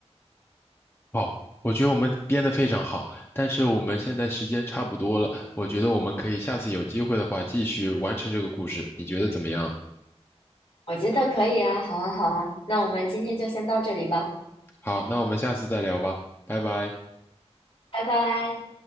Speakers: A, on the left; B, on the left.
A: 好，我觉得我们编得非常好，但是我们现在时间差不多了，我觉得我们可以下次有机会的话继续完成这个故事，你觉得怎么样？
B: 我觉得可以啊，好啊，好啊，那我们今天就先到这里吧，
A: 好，那我们下次再聊吧，拜拜。
B: 拜拜。